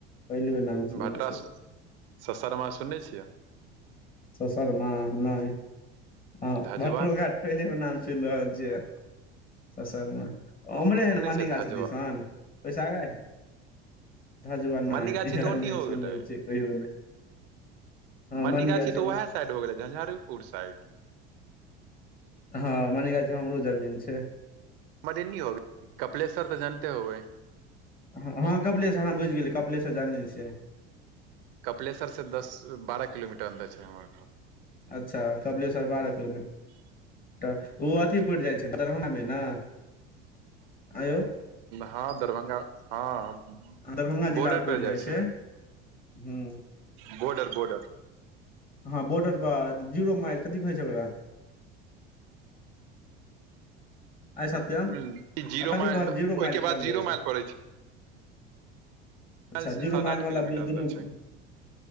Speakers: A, on the left; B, on the right.
A: पहिल बेर नाम सुनने
B: भटरा
A: छी
B: स <inaudible> ससरमा सुनने छियै
A: ससरमा नै <inaudible> हऽ
B: धजवा
A: भटरो घाट पहिले बेर नाम सुन रहल छियै <inaudible> ससरमा उम्हरे
B: सुनै
A: हय न मणिगाछी
B: छै धजवा
A: दिसन ओइस आगाँ हय धाजबानै
B: मन्नी गाछी
A: है
B: तऽ
A: ऐ
B: ओन्नी
A: नै
B: हो
A: सुनने
B: गेलै
A: छियो कहियो नै <inaudible> हँ
B: मन्नी
A: मानिगाछी
B: गाछी तऽ उहै साइड हो गेलै झंझारीपुर साइड
A: हँ मानिगाछी म हमरो जमीन छै
B: <unintelligible> कपिलेश्वर तऽ जानते होबे
A: हऽ हऽ कपिलेश्वर हऽ बुझि गेलियै कपिलेशर जानने छियै
B: कपलेशर से दस बारह किलोमीटर अन्दर छैय हमर घर
A: अच्छ कपलेशर बारह किलोमीटर तऽ ओ अथी पैड़ जाय छैय दरभंगा में ने <inaudible> आंय यौ
B: हँ दरभंगा हँ
A: दरभंगा
B: बोर्डर
A: जिला मे पड़ि
B: पैड़ जाय
A: जाइ
B: छैय
A: छै ह
B: बोर्डर बोर्डर
A: हँ बोर्डर बाद जीरो माइल कथि कहै छैय ओकरा आइ सत्यम
B: बॉर्डर जीरो
A: आ कथि
B: माइल
A: कहल
B: ओहिके
A: जीरो माइल कहल
B: बाद जीरो
A: जाइ छैय
B: माइल पड़ै छै
A: अच्छा
B: माइल से
A: जीरो
B: सात
A: मइल
B: आठ
A: मला
B: किलोमीटर
A: दुनु
B: अन्दर
A: <inaudible>
B: छै